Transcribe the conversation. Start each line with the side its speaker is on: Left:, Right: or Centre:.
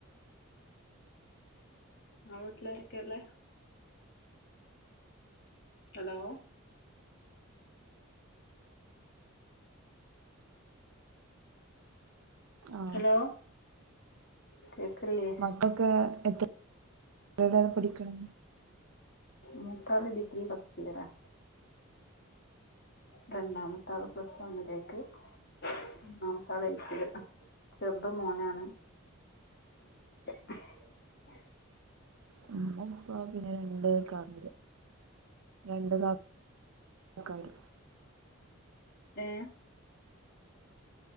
Left: ആ വീട്ടിലാരൊക്കെയുള്ളേ ഹലോ <inaudible>
Right: ആ
Left: ഹലോ കേൾക്കില്ലേ
Right: മക്കൊക്കെ എത്രി എടാ പഠിക്കണ്
Left: മൂത്താള് ഡിഗ്രി ഫസ്റ്റിയറാ രണ്ടാമത്താള് പ്ലസ് വണ്ണിലേക്ക് മൂന്നാമത്തെ ആൾ എൽ പി ൽ ചെറുത് മോനാണ്. <unintelligible>
Right: <unintelligible> ഉപ്പാക്ക് രണ്ട് <unintelligible> രണ്ട് കാ കാര്
Left: ഏഹ്